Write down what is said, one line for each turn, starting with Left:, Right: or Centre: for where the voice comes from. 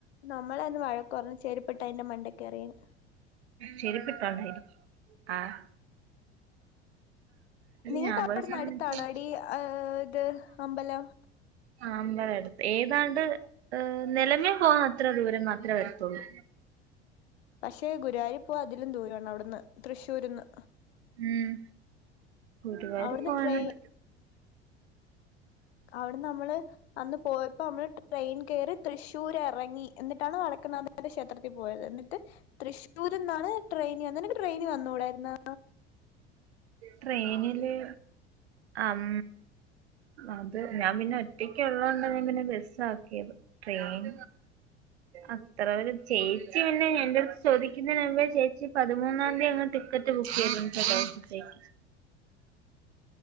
Left: നമ്മളെ അന്ന് വഴക്കുപറഞ്ഞ് ചെരിപ്പിട്ട് അതിന്റെ മണ്ടെക്കയറിയെന്
Right: ചെരിപ്പിട്ടോണ്ടായിരിക്കും ആഹ്.
Left: നിങ്ങക്ക്
Right: ഞാൻ
Left: അവിടുന്ന്
Right: പോയ സമയത്ത്
Left: അടുത്താണോടീ ഇത് അമ്പലം.
Right: അമ്പലം അടുത്ത് ഏതാണ്ട് നിലമേൽ പോകുന്ന അത്ര ദൂരം മാത്രമേ വരത്തുള്ളൂ.
Left: പക്ഷെ ഗുരുവായൂർ പോവാ ഇതിലും ദൂരോണ്ട് അവിടുന്ന് തൃശ്ശൂര്ന്ന്.
Right: ഉം ഗുരുവായൂർ
Left: അവിടുന്ന്
Right: പോകാനുള്ള
Left: ട്രെയിൻ അവിടെ നമ്മള് അന്ന് പോയപ്പോ നമ്മള് ട്രെയിൻ കയറി തൃശ്ശൂര് ഇറങ്ങി എന്നിട്ടാണ് വടക്കനാഥന്റെ ക്ഷേത്രത്തിൽ പോയത് എന്നിട്ട് തൃശ്ശൂര് നിന്നാണ് ട്രെയിനി വന്നേ നിനക്ക് ട്രെയിനി വന്നു കൂടായിരുന്നാ.
Right: ട്രെയിനില് അം അത് ഞാൻ പിന്നെ ഒറ്റക്ക് ഉള്ളോണ്ട ഞാൻ പിന്നെ ബസ് ആക്കിയത് ട്രെയിൻ അത്ര ഒര് ചേച്ചി പിന്നെ എന്റെ അടുത്ത് ചോദിക്കുന്നുമ്പ ചേച്ചി പതിമൂന്നാം തീയതി അ ടിക്കറ്റ് ബുക്ക് ചെയ്തു ദിവസത്തേക്ക്